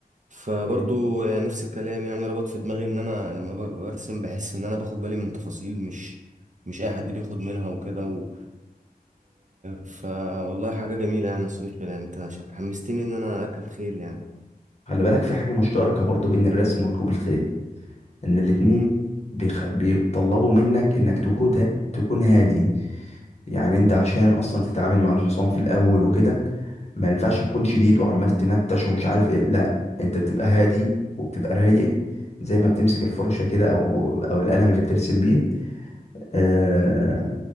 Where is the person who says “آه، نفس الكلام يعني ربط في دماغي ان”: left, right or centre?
Right